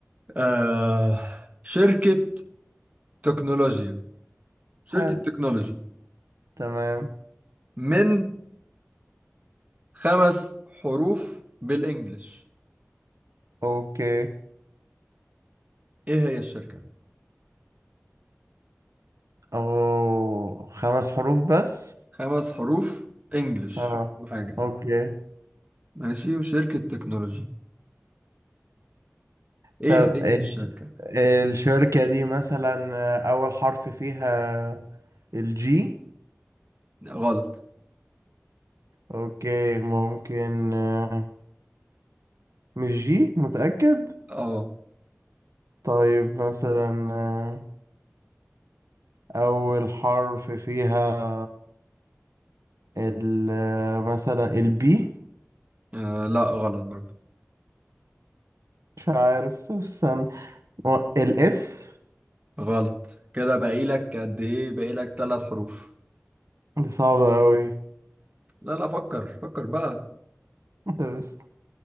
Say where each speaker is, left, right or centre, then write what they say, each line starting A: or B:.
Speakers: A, on the right (about 30°); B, on the right (about 85°).
A: آه شركة تكنولوجيا شركة
B: حلو
A: تكنولوجي
B: تمام
A: من خمس حروف بالانجلش
B: اوكي
A: ايه هي الشركة
B: اوه خمس حروف بس
A: خمس حروف انجلش
B: اه
A: حاجة
B: اوكي
A: ماشي وشركة تكنولوجي ايه
B: طب
A: هي
B: ال-
A: الشركة
B: الشركة دي مثلا آه، اول حرف فيها الجي
A: غلط
B: اوكي ممكن آه، مش جي متأكد
A: اه
B: طيب مثلا آه، اول حرف فيها ال مثلا البي
A: آه، لا غلط برضو
B: مش عارف طب استنى الاس
A: غلط كده باقي لك قد ايه باقي لك ثلاث حروف
B: دي صعبة أوي
A: لا لا فكر فكر بقى
B: انت بس